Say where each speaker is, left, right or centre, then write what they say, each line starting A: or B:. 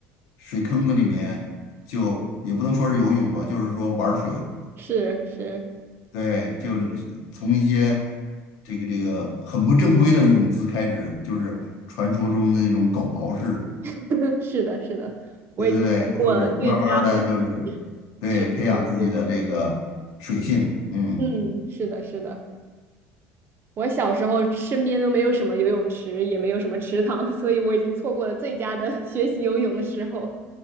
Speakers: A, on the left; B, on the right.
A: 水坑子里面，就也不能说是游泳吧，就是说玩儿水。
B: 是是
A: 对，就是从一些这个这个很不正规的泳姿开始，就是传说中的那种狗刨式，
B: <laughs> 是的，是的，
A: 对对对，
B: 我最佳的
A: 就是慢慢的就是对培养自己的这个水性，
B: 学习游泳。
A: 嗯
B: 嗯，是的，是的。我小时候身边都没有什么游泳池，也没有什么池塘，所以我已经错过了最佳的 <laughs> 学习游泳的时候。